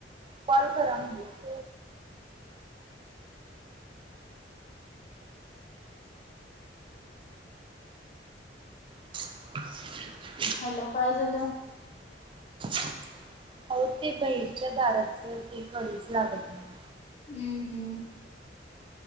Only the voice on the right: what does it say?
कॉल करा म्हणलं. <inaudible>
<inaudible> अहो ते बहिरच्या दाराचं ते कडीच लागत नव्ह